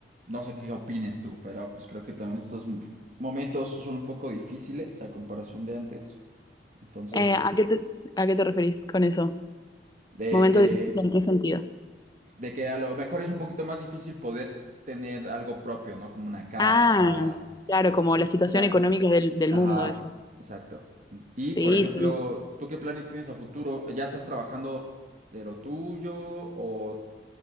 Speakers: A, on the right; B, on the left.
A: no sé qué opines tú, pero pues creo que también estos m- momentos son un poco difíciles a comparación de antes, entonces,
B: Eh, ¿a qué te, a qué te referís con eso?
A: de
B: ¿Momento
A: que...
B: difícil en qué sentido?
A: de que a lo mejor es un poquito más difícil poder tener algo propio, ¿no? Como una casa,
B: Ah, claro,
A: este,
B: como la situación
A: te-
B: económica del, del
A: ajá,
B: mundo, decís.
A: exacto. Y,
B: Sí,
A: por ejemplo,
B: sí,
A: ¿tú qué planes tienes a futuro? ¿Ya estás trabajando de lo tuyo o